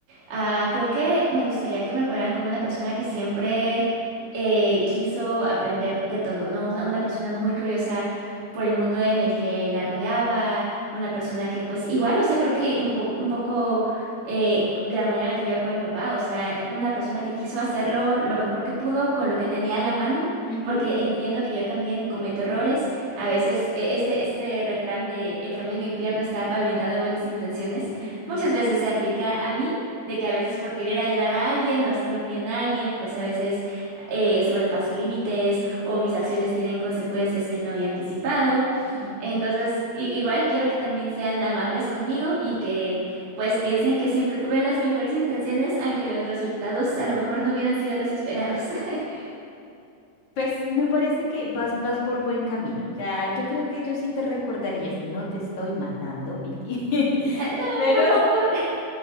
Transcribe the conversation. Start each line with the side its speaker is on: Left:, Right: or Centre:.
Right: Ah, creo que me gustaría que me recordaran como una persona que siempre eh, quiso aprender de todo, ¿no? O sea, una persona muy curiosa por el mundo en el que la rodeaba, una persona que pues igual, o sea, creo que un, po- un poco eh, de la manera en la que yo recuerdo a mi papá, o sea, una persona que quiso hacerlo lo mejor que pudo con lo que tenía a la mano,
Left: ujú,
Right: porque entiendo que yo también cometo errores. A veces eh, este, este refrán de el camino al infierno está pavimentado de buenas intenciones,
Left: mm,
Right: muchas veces se aplica a mí de que a veces por querer ayudar a alguien o hacerle un bien a alguien, pues a veces eh, sobrepaso límites o mis acciones tienen consecuencias que no había anticipado.
Left: mm.
Right: Entonces, i- igual quiero que también sean amables conmigo y que pues piensen que siempre tuve las mejores intenciones, aunque los resultados a lo mejor no hubieran sido los esperados. <laughs>
Left: Pues me parece que vas, vas por buen camino. O sea, yo creo que yo sí te recordaría si no te estoy matando, Viri. <laughs>
Right: Ah, No,
Left: Pero
Right: por favor.